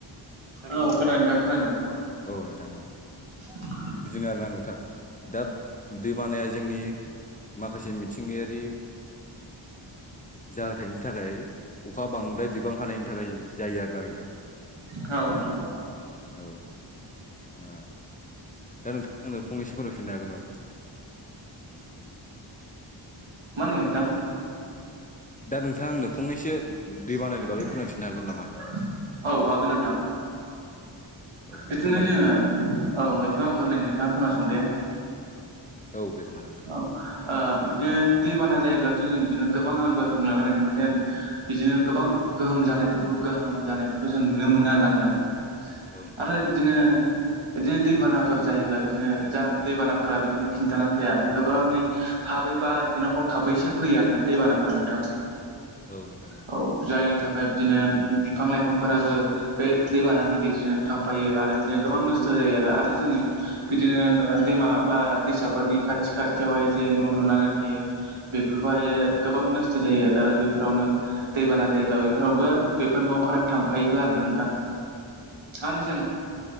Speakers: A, on the right; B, on the left.
A: औ खोनादों नोंथां खोनादों
B: औ नोंथां औ
A: <unintelligible>
B: बिदिनो आरोना नोंथां दा दै बानाया जोंनि माखासे मिथिंगायारि जाहोथायनि थाखाय अखा बांद्राय बिबां हानायनि थाखाय जायो आरोना नोंथां
A: औ नोंथां औ
B: औ ओ दा नोंथाङा फंनैसो फोरमायफिननो हागोन नामा
A: मा होनदों नोंथां
B: दा नोंथाङा आंनो फंनैसो
A: <unintelligible>
B: दैबानानि बागै फोरमायफिननो हागोन नामा
A: औ हागोन नोंथां
B: औ दे
A: बिदिनो
B: फोरमायलाय
A: जोङो
B: नोंथां
A: औ बिदिबा आं फोरमायनो नोंथाङा खोनासं दे <unintelligible>
B: औ दे खोनादों नोंथां
A: औ ओ बिदिनो दैबाना जायोब्ला जों बिदिनो गोबां आं दहाय बुंलांनाय बिदिनो बिदिनो गोबां गोहोम जानायफोरखौ गोहोम जानाय जों नुनो मोनो आरोना नोंथां
B: औ नोंथां
A: आरो बिदिनो बिदिनो दैबानाफोर जायोब्ला बिदिनो जा दैबानाफोरा बिदिनो खिन्थानानै फाया गोबाङै थाबैबा बिदिनो हरखाबैसो फैयो आरोना दैबानाफोरा नोंथां
B: औ नोंथां
A: औ जायनि थाख ओमफ्राय बिदिनो बिफां लाइफांफोराबो बे दैबानानि गेजेरजोंनो थांफायो आरो बिदिनो गोबां जायो आरो आरो जोंनि बिदिनो ओ दैमा बा दैसाफोरनि खाथि खाथियावहाय जे न' लुनानै थायो बेफोरबोहायो गोबां नस्थ' जायो आरो बेफोरावनो दैबाना जायोबा बेफोरावबो बेफोर न'फोरा थांफायोबो आरोना नोंथां
B: औ
A: आरो
B: नोंथां
A: जों
B: औ